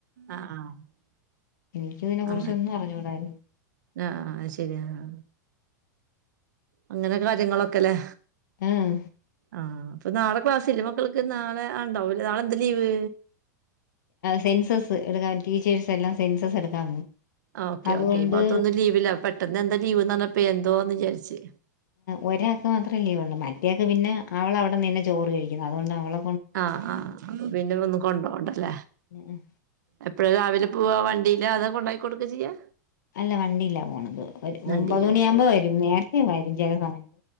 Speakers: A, on the right (about 75°); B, on the left (about 75°).
A: ആഹ് ആഹ്
B: എനിക്ക് ഇതിനെ
A: <unintelligible>
B: കുറിച്ചൊന്നും അറിഞ്ഞൂടായിരുന്നു
A: ആഹ് ആഹ് ശെരിയെന്നാ അങ്ങനെ കാര്യങ്ങളൊക്കെ അല്ലേ
B: ആഹ്
A: ആഹ് അപ്പൊ നാളെ ക്ലാസ്സ ഇല്ല മക്കൾക്ക് നാളെ ഉണ്ടാവുംല്ല നാളെ എന്താ ലീവ്
B: സെൻസസ് എടുക്കാൻ ടീച്ചേഴ്സ് എല്ലാം സെൻസസ് എടുക്കാൻ പോകും
A: ഓക്കെ
B: അതുകൊണ്ട്
A: ഓക്കെ ഈ ഭാഗത്തു ഒക്കെ ലീവില്ല പെട്ടെന്ന് എന്താ ലീവ് എന്ന് പറഞ്ഞപ്പ എന്തുവാന്ന് വിചാരിച്
B: ഒരാൾക്ക് മാത്രമല്ലേ ഉള്ളൂ മറ്റേൾക്ക് പിന്നെ അവളവിടെ നിന്നെ ചോറ് കഴിക്കുന്നു അതുകൊണ്ട് അവള
A: ആഹ് ആഹ് പിന്നെ ഒന്നും കൊണ്ടപോണ്ടല്ല
B: ഉം ഉം.
A: എപ്പോഴ രാവിലെ പോവ്വാ വണ്ടീയിലാ അതോ കൊണ്ടയിക്കൊടുക്കുക ചെയ്യാ
B: അല്ല വണ്ടിയിലാ പോണത് ഒരു
A: വണ്ടിയിലന്നെ
B: ഒമ്പത് മണിയാകുമ്പോ വരും നേരത്തെേ വരും ചില സമയത്ത്